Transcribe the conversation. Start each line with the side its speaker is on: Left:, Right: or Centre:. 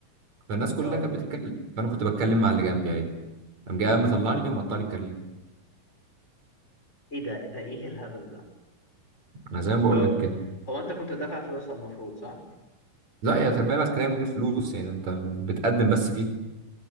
Right: فالناس كلها
Left: اه
Right: كانت بتتكلم فانا كنت بتكلم مع اللي جنبي عادي قام جاي قام مطلعني ومقطع لي الكارنيه
Left: ايه ده ده ايه الهبل ده
Right: انا زي ما
Left: وهو
Right: بقول لك كده
Left: انت كنت دافع فلوسها المفروض صح
Right: لا يا تربيه العسكريه من غير فلوس يعني انت بتقدم بس فيه